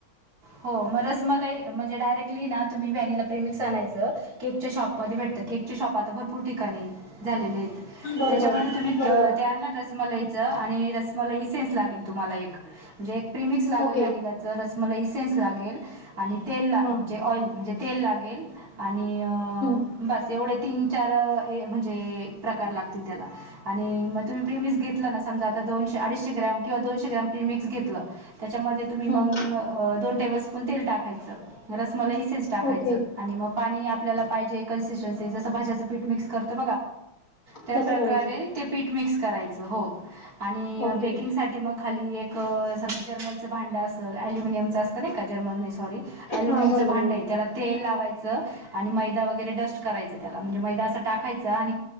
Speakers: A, on the right; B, on the left.
A: हो मग रसमलई म्हणजे डायरेक्टली ना तुम्ही व्हनिला प्रिमिक्स आणायचं केकच्या शॉपमध्ये भेट केकच्या शॉप आता भरपूर ठिकाणी झालेलेत
B: बरोबर
A: त्यामध्ये तुम्ही
B: बरोबर
A: रसमलई आणि रसमलई ईसेन्स लागेल तुम्हाला एक म्हणजे एक प्रमिक्स लागल
B: ओके.
A: व्हनिलाच. रसमलाई इसेन्स लागेल आणि तेल म्हणजे
B: हां.
A: ऑल म्हणजे तेल लागेल आणि आणि
B: हं.
A: बस एवढेच. तीन चार म्हणजे प्रकार लागतील त्याला आणि मग तुम्ही प्रिमिक्स घेतला ना समजा आ दोनशे अडीचशे ग्रॅम किंवा दोनशे ग्राम प्रीमिक्स घेतलं त्याच्यामध्ये तुम्ही
B: हं.
A: मग दोन टेबल स्पून तेल टाकायचं. रस मलाई इसेस टाकायचं
B: ओके.
A: आणि मग पाणी आपल्याला पाहिजे कन्सिस्टन्सी जसं भाज्याचं पीठ मिक्स करतो. <unintelligible> ते
B: तसं करायचं.
A: पीठ मिक्स करायच हो. आणि
B: ओके.
A: बेकिंगसाठी मग खाली एक जर्मलं भांड असल अलुमिनियमचं असत नाही का जर्मल नाही सॉरी अल्युमियमचं
B: हां. बरोबर,
A: भांडं
B: बरोबर.
A: आहे. तेल लावायच. आणि मैदा वगैरे डस्ट करायच त्याला म्हणजे मैदा असा टाकायचा आणि